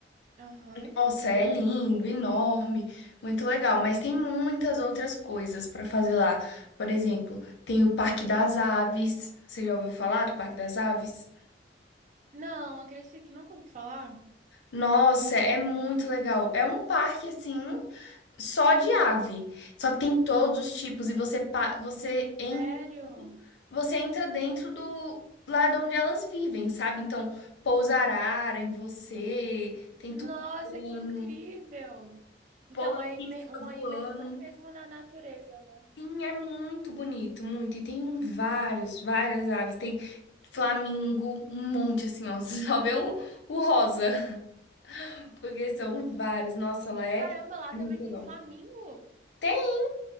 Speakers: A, on the right; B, on the left.
A: Aham.
B: Nossa, é lindo, enorme, muito legal, mas tem muitas outras coisas para fazer lá. Por exemplo, tem o Parque das Aves. Você já ouviu falar do Parque das Aves?
A: Não, acredita que nunca ouvi falar?
B: Nossa, é muito legal. É um parque assim, só de ave. Só que tem todos os tipos e você pa- você entra,
A: Sério?
B: você entra dentro do lá de onde elas vivem, sabe? Então, pousa arara em você, tem
A: Nossa,
B: tucano,
A: que incrível! Então,
B: pousa
A: é
B: que
A: imer-
B: fica
A: uma
B: voando.
A: imersão mesmo na natureza, né?
B: Sim, é muito bonito, muito. E tem vários, várias aves. Tem flamingo, um monte assim, ó. <laughs> Você só vê um, o rosa, <laughs> porque são vários. Nossa, lá é
A: Caramba, lá
B: é
A: também
B: muito legal.
A: tem flamingo?
B: Tem?